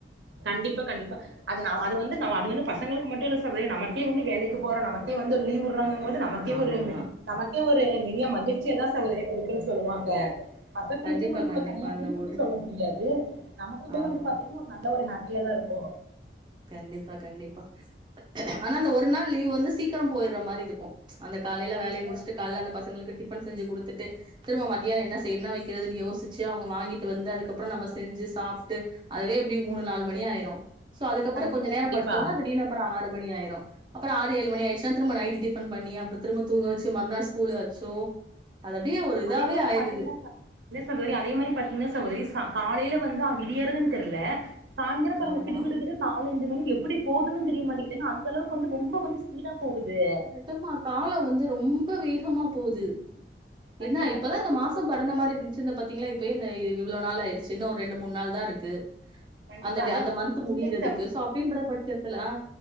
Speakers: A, on the right; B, on the right.
A: கண்டிப்பா கண்டிப்பா அது நாவ் அது வந்து அது வந்து பசங்களுக்கு மட்டு இல்ல சகோதரி நமகே வந்து வேலைக்கு போற நமக்கு வந்து லீவ் வுட்ரானுங்கம்போது நமக்கே
B: ஆமா.
A: ஒரு நமக்கே ஒரு நெறைய மகிழ்ச்சியதா சகோதரி குடுக்குன் சொல்லுவாங்க பசங்ளுக்குவந்து
B: கண்டிப்பா
A: நம்ம
B: கண்டிப்பா.
A: தனியா
B: அந்த
A: குறிப்பிட்டு
B: ஒரு
A: சொல்ல முடியாது நமக்குமே
B: ஆமா.
A: வந்து பாத்தீங்னா நல்ல ஒரு ஹேப்பியா தா இருக்கு
B: கண்டிப்பா கண்டிப்பா ஆனா அந்த ஒரு நாள் லீவு வந்து சீக்கிர போயிற்ற மாரி இருக்கு அந்த காலைல
A: கண்டிப்பா
B: வேலய முடிச்சுட்டு கால்லஅந்த பசங்ளுக்கு டிஃபன் செஞ்சு குடுத்துட்டு திரும்ப மத்தியான என்ன செய் என்ன வக்கிறதுன் யோசிச்சு அவங்க வாங்கிட்டு வந்து அதுக்கு அப்புற நம்ம செஞ்சு சாப்ட்டு அதுவே எப்டி மூணு நாலு மணி ஆயிரு சோ அதுக்கப்புற
A: கண்டிப்பா
B: கொஞ்ச நேரம்
A: கண்டிப்பா
B: படுத்தம்ன்னா அது நீலு அப்பற ஆறு மணி ஆயிடு அப்புற ஆறு ஏழு மணி ஆயிர்ச்சுனா திரும்ப நைட்டு பண்ணி அப்ற திரும்ப தூங்க வச்சி மற்நாள் ஸ்கூலு அச்சோ அது அப்டியே ஒரு இதுவே
A: அதே மாரி
B: ஆயிடுது
A: பாத்தீங்கன்னா ச இல்ல சகோரி அதே மாரி பாத்தீங்னா சகோதரி ச காலைல வந்து அ விடியாறது தெர்ல சாய்ந்தர பாருங்க
B: ஆமா.
A: கிடுகிடுன் நாலுஞ்சு மணி எப்புடி போதும்ன்னு தெரிய மாட்டேங்கிது ந் அளவுக்கு வந்து ரொம்ப வந்து ஸ்பீடா போகுது
B: எதும்மா காலோ வந்து ரொம்ப வேகமா போது
A: கண்டிப்பா
B: என்னா இப்பதா
A: கண்டிப்பா
B: இந்த மாசம்
A: சகோதரி
B: பறந்த மாரி இர்ந்து சிந்த பாத்தீங்ளா இப்பயே இந்த இவ்ளோ நாள் ஆயிர்ச்சு இன்ன ஒரு ரெண்டு மூண் நாள் தா இருக்கு
A: கண்டிப்பா
B: அந்த டே
A: அதுவு
B: அந்த மந்த்து
A: திங்கள்
B: முடிய்றதுக்கு சோ அப்டின்ற பட்சத்துல ஆ